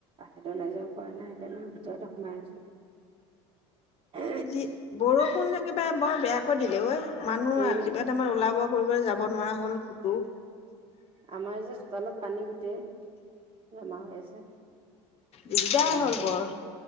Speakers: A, on the right (about 40°); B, on the left (about 45°).
A: তাহত ওলাই যাব পৰা নাই সেইকাৰণে ভিতৰতে সোমাই আছো
B: যি বৰষুণ যে একেবাৰে বৰ বেয়াকৈ দিলে ঐ মানুহ
A: উম
B: ৰাতিপুৱা আমাৰ ওলাব কৰিবলৈ যাব নোৱাৰা হ'ল ফতো
A: আমাৰ যে চোতালত পানী গোটেই জমা হৈ আছে
B: দিগদাৰ
A: বাহিৰলৈ
B: হ'ল বৰ
A: ওলা